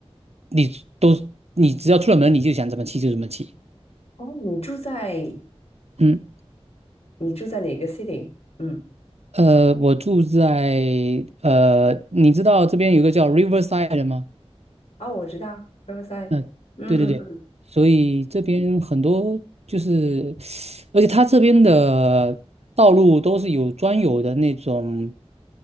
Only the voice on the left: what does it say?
哦，你住在
你住在哪个 city？嗯。
哦，我知道，Riverside，
嗯嗯，